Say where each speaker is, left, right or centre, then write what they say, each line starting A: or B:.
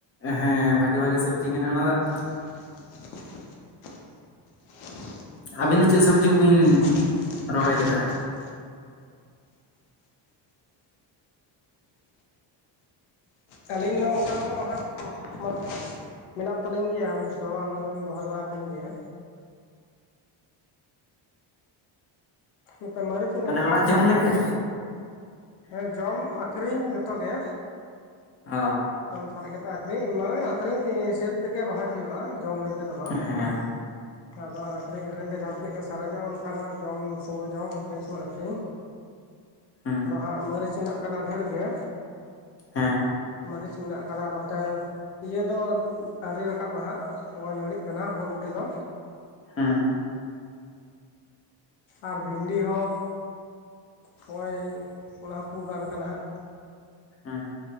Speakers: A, on the left (about 30°); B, on the left (about 75°).
A: ᱦᱮᱸ ᱵᱷᱟᱜᱮ ᱵᱷᱟᱜᱮ ᱥᱚᱵᱽᱡᱤ ᱜᱮ ᱢᱮᱱᱟᱜᱼᱟ ᱚᱱᱟ ᱫᱚ
B: <inaudible> <inaudible>
A: ᱟᱹᱵᱤᱱ ᱫᱚ ᱪᱮᱫ ᱥᱚᱵᱽᱡᱤ ᱠᱚᱵᱤᱱ ᱨᱚᱦᱚᱭ ᱠᱟᱫᱟ
B: ᱟᱹᱞᱤᱧ ᱫᱚ ᱚᱱᱠᱟ ᱫᱚ ᱦᱟᱸᱜ ᱢᱟᱱᱮ ᱢᱮᱱᱟᱜ ᱛᱟᱹᱞᱤᱧ ᱜᱮᱭᱟ ᱚᱵᱳᱥᱥᱚ ᱟᱞᱤᱧ ᱦᱚᱞᱤᱧ ᱨᱚᱦᱚᱭ ᱵᱟᱲᱟ ᱠᱮᱱ ᱜᱮᱭᱟ ᱱᱚᱛᱮ ᱢᱟᱹᱨᱤᱪ ᱢᱮᱱᱟᱜᱼᱟ
A: ᱢᱟᱱᱮ ᱚᱲᱟᱜ
B: ᱦᱟᱸᱜ
A: ᱡᱚᱢ
B: ᱦᱮᱸ
A: ᱞᱮᱠᱟ
B: ᱦᱮᱸ ᱡᱚᱢ ᱟᱹᱷᱨᱤᱧ ᱡᱚᱛᱚ ᱜᱮ
A: ᱚ
B: ᱡᱚᱢ ᱥᱟᱨᱮᱡ ᱠᱟᱛᱮ ᱟᱹᱠᱷᱨᱤᱧ ᱢᱟᱱᱮ ᱟᱠᱷᱨᱤᱧ ᱥᱟᱹᱛ ᱛᱮᱜᱮ ᱨᱚᱦᱚᱭ ᱦᱳᱭᱳᱜᱼᱟ ᱡᱚᱢ ᱛᱮᱫᱚ ᱵᱟᱝ
A: ᱦᱮᱸ
B: ᱟᱫᱚ ᱟᱠᱷᱨᱤᱧ ᱟᱠᱷᱨᱤᱧ ᱫᱚ ᱡᱟᱦᱟᱸ ᱛᱤᱱᱟᱹᱜ ᱜᱮ ᱥᱟᱨᱮᱡᱚᱜᱼᱟ ᱚᱱᱠᱟᱱᱟᱜ ᱡᱚᱢ ᱥᱩᱢᱚᱭ ᱡᱚᱢ ᱟᱠᱷᱨᱤᱧ ᱥᱚᱢᱚᱭ ᱟᱠᱷᱨᱤᱧ
A: ᱦᱩᱸ
B: ᱟᱫᱚ ᱦᱟᱸᱜ ᱢᱟᱹᱨᱤᱪ ᱦᱮᱱᱟᱜ ᱠᱟᱫᱟ ᱰᱷᱮᱨ ᱜᱮ
A: ᱦᱮᱸ
B: ᱢᱟᱹᱨᱤᱪ ᱢᱮᱱᱟᱜ ᱟᱠᱟᱫᱟ ᱱᱚᱛᱮ ᱤᱭᱟᱹ ᱫᱚ ᱟᱣᱨᱤ ᱨᱟᱠᱟᱵ ᱦᱟᱸᱜ ᱱᱚᱜᱼᱚᱭ ᱱᱟᱹᱲᱤᱜ ᱠᱟᱱᱟ ᱵᱚᱨᱵᱚᱴᱤ ᱫᱚ
A: ᱦᱮᱸ ᱾
B: ᱟᱨ ᱵᱷᱤᱱᱰᱤ ᱦᱚᱸ ᱼᱼ ᱦᱚᱸᱜᱼᱚᱭ ᱚᱱᱟ ᱦᱚᱸ ᱯᱩ ᱜᱟᱱ ᱠᱟᱱᱟ ᱦᱟᱸᱜ ᱾
A: ᱦᱮᱸ ᱾